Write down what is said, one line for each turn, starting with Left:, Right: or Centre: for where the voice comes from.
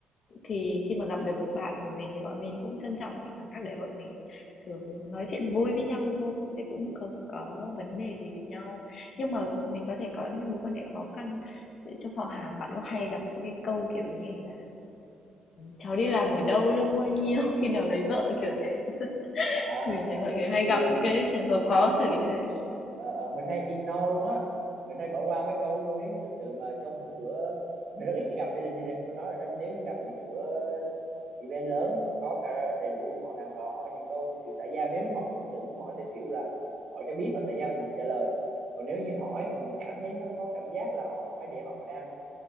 Left: Thì khi mà gặp được bạn của mình thì bọn mình cũng trân trọng những khoảnh khắc đấy, bọn mình thường nói chuyện vui với nhau thôi, chứ cũng không có vấn đề gì với nhau. Nhưng mà mình có thể có những mối quan hệ khó khăn trong họ hàng, bạn có hay gặp những cái câu, kiểu như là, "Cháu đi làm ở đâu, lương bao nhiêu, <laughs> khi nào lấy vợ?" kiểu thế.
Right: à
Left: Mình thấy mọi người hay
Right: thì
Left: gặp những cái trường hợp khó xử như thế.
Right: ờ, ờ, mình hay ignore luôn á mình hay bỏ qua mấy câu luôn nếu như thật sự mà trong một cái bữa mình rất ít khi gặp gia đình như này mình có nói rồi đó nhưng nếu như gặp những cái bữa event lớn có cả đầy đủ họ hàng và hỏi những câu theo kiểu xã giao nếu họ thực sự muốn hỏi theo kiểu là hỏi cho biết họ xã giao thì mình sẽ trả lời còn nếu như hỏi mà mình cảm thấy nó có cảm giác là họ hỏi để họ đang